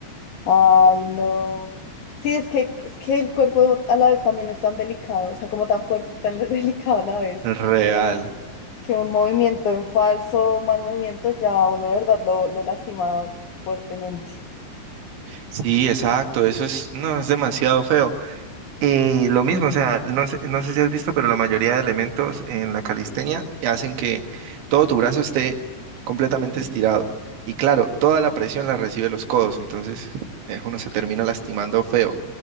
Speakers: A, on the left; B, on the right.
A: Ay, no. Sí, es que, es que el cuerpo a la vez también es tan delicado, o sea, como tan fuerte y tan <laughs> delicado a la vez.
B: Real.
A: que un movimiento en falso, mal movimiento, ya uno de verdad lo, lo lastima fuertemente.
B: Sí, exacto, eso es, no, es demasiado feo. Y lo mismo, o sea, no sé, no sé si has visto, pero la mayoría de elementos en la calistenia hacen que todo tu brazo esté completamente estirado. Y claro, toda la presión la recibe los codos, entonces eh, uno se termina lastimando feo.